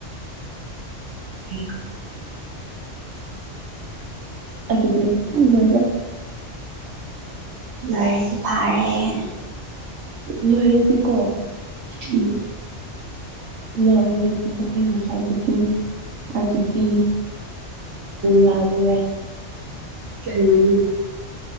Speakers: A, on the right; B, on the right.
A: <unintelligible>
B: ꯑꯗꯨꯗꯤ ꯂꯣꯏꯔꯦ
A: ꯂꯣꯏꯔꯗꯤ ꯐꯥꯔꯦ
B: ꯂꯣꯏꯔꯗꯤꯀꯣ
A: ꯎꯝ
B: ꯂ ꯑꯣꯏꯔꯗꯤ ꯑꯩꯅ ꯍꯥꯏꯕꯗꯤ ꯑꯩꯒꯤꯗꯤ ꯂꯥꯜꯂꯨꯔꯦ
A: ꯀꯔꯤ ꯃꯃꯤꯡ